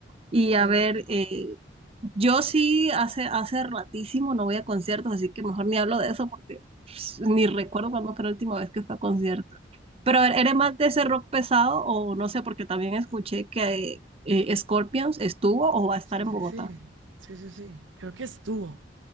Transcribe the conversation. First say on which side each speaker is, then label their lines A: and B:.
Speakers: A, on the right (about 30°); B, on the right (about 85°).
A: Y
B: ¿Cuál?
A: a ver, eh, yo sí hace, hace ratísimo no voy a conciertos, así que mejor ni hablo de eso porque pues, ni recuerdo cuándo fue la última vez que fui a conciertos. Pero a ver, ¿eres más de ese rock pesado o no sé? Porque también escuché que eh, Scorpions estuvo o va a
B: Sí,
A: estar en
B: sí,
A: Bogotá.
B: sí, sí, sí, sí. Creo que estuvo,